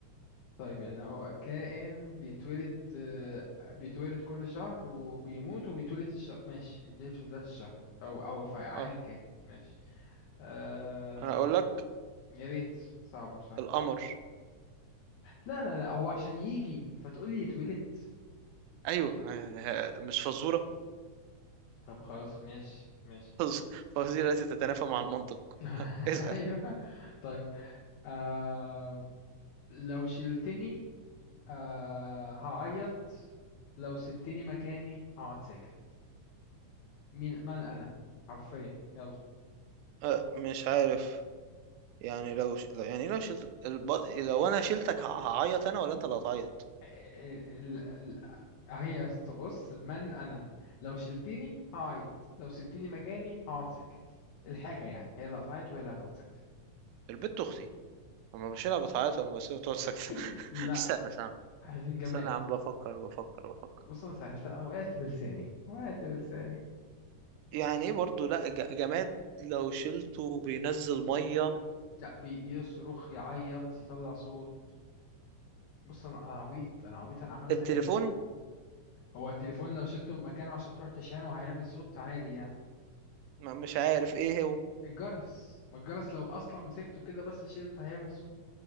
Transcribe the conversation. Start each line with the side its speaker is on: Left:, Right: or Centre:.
Left: طيب يعني هو كائن بيتولد آه، بيتولد كل شهر وبيموت وبيتولد الشهر ماشي بيتولد في بداية الشهر أو أو في أيا
Right: اه
Left: كان ماشي آه،
Right: انا اقول لك
Left: يا ريت صعبة صح
Right: القمر
Left: لا لا لا هو عشان يجي فتقولي يتولد
Right: ايوه ه- ه- مش فزوره
Left: طب خلاص ماشي ماشي
Right: فز- فوازير التي تتنافى مع المنطق
Left: <laughs>
Right: <laughs> اسال
Left: ايوه طيب آه... لو شلتني آه... هعيط لو سبتني مكاني هقعد ساكت مين من انا حرفيا يلا
Right: أه، مش عارف يعني لو ش... يعني لو شلت الب... لو انا شلتك ه- هعيط انا ولا انت اللي هتعيط
Left: آه، ال... ال... ال... هي بص من انا لو شلتني هعيط لو سبتني مكاني هقعد ساكت الحاجة يعني هي اللي قطعت وهي اللي هتقعد ساكتة
Right: البت اختي لما بشيلها بتعيط لما بسيبها تقعد ساكته
Left: <laughs>
Right: <laughs>
Left: لا
Right: استنى استنى
Left: عايزين جماد
Right: استنى يا عم بفكر بفكر بفكر
Left: بص انا سهلت انا وقعت بلساني وقعت بلساني ماشي
Right: يعني ايه برضه لا ج- جماد لو شلته بينزل ميه
Left: لا بي بيصرخ يعيط يطلع صوت بص انا انا عبيط انا عبيط انا عمال اسهل
Right: التليفون
Left: لك هو التليفون لو شلته من مكانه عشان تروح تشحنه هيعمل صوت عادي يعني
Right: ما مش عارف ايه هو
Left: الجرس ما الجرس لو اصلا مسكته كده بس شلته هيعمل صوت